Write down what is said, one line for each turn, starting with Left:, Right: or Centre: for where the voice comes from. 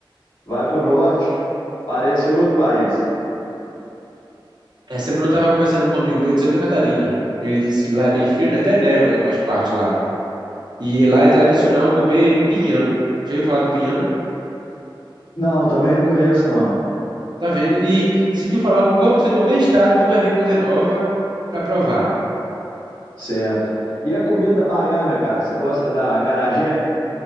Left: Vai para o norte, parece outro país.
Right: Essa semana eu tava conversando com um amigo meu de Santa Catarina. Ele disse que lá é bem frio, né? Até neva em algumas partes lá. E lá é tradicional
Left: Pô,
Right: comer pinhão. Já ouviu falar do pinhão?
Left: Não, também não conheço, não.
Right: Tá vendo? E se tu falar com qualquer pessoa de qualquer estado, tu vai ver coisa nova pra provar.
Left: Certo. E a comida baiana, cara? Você gosta da acarajé?